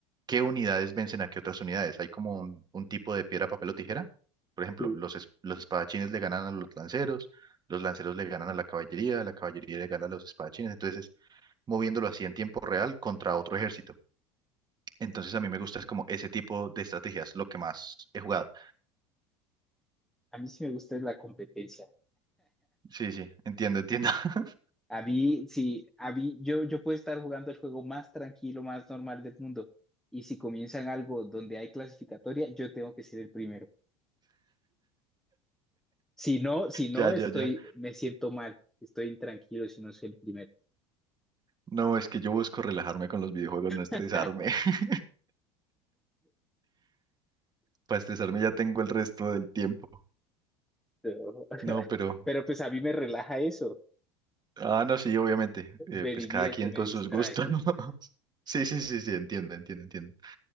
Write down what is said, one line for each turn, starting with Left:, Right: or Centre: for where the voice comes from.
Right: qué unidades vencen a qué otras unidades. Hay como un, un tipo de piedra, papel o tijera. Por ejemplo,
Centre: sí.
Right: los, es- los espadachines le ganan a los lanceros, los lanceros le ganan a la caballería, la caballería le gana a los espadachines. Entonces, moviéndolo así en tiempo real contra otro ejército. Entonces a
Centre: Ok.
Right: mí me gusta es como ese tipo de estrategias, lo que más he jugado.
Centre: A mí sí me gusta es la competencia.
Right: Sí, sí, entiendo, entiendo. <laughs>
Centre: A mí, sí, a mí, yo, yo puedo estar jugando el juego más tranquilo, más normal del mundo. Y si comienzan algo donde hay clasificatoria, yo tengo que ser el primero. Si no, si no,
Right: Ya,
Centre: estoy,
Right: ya, ya.
Centre: me siento mal, estoy intranquilo si no soy el primero.
Right: No, es que yo busco relajarme con los videojuegos, no estresarme.
Centre: <laughs>
Right: <laughs> Para estresarme ya tengo el resto del tiempo.
Centre: Pero, <laughs>
Right: No, pero...
Centre: pero pues a mí me relaja eso,
Right: Ah, no, sí, obviamente. Eh,
Centre: me
Right: pues
Centre: divierte,
Right: cada quien
Centre: me
Right: con
Centre: distrae.
Right: sus gustos. ¿no? <laughs> Sí, sí, sí, sí, entiendo, entiendo, entiendo.